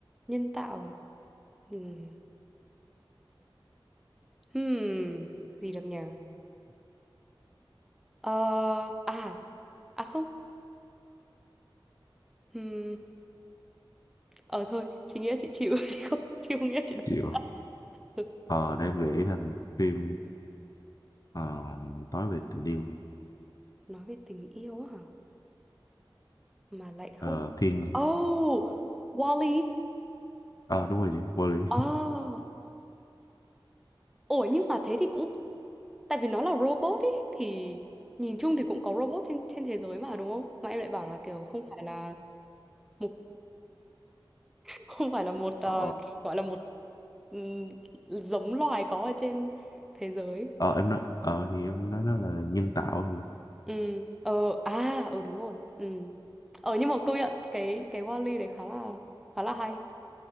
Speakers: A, in the centre; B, on the left.
A: nhân tạo à? Ừm, Hmm, gì được nhỉ? Ờ, à, à không. ờ thôi chị nghĩ là chị chịu <laughs> chị không chị không nghĩ là chị đoán
B: chịu
A: ra. Ừ,
B: ờ để em nghĩ thành phim ờ, nói về tình yêu
A: nói về tình yêu á hả mà lại không
B: ờ, thiên
A: phải- oh Wall-E
B: ờ đúng rồi chị vô lý
A: oh ủa nhưng mà thế thì cũng tại vì nó là robot ấy thì nhìn chung thì cũng có robot trên trên thế giới mà đúng không mà em lại bảo là kiểu không phải là một <laughs> không phải là một ờ,
B: ờ,
A: gọi là một ừm, giống loài có ở trên thế giới
B: ờ, em nói ờ thì em nói nó là nhân tạo gì
A: Ừ, ờ, à, ờ đúng rồi. Ừ. Ờ nhưng mà công nhận cái cái Wall-E đấy khá là khá là hay.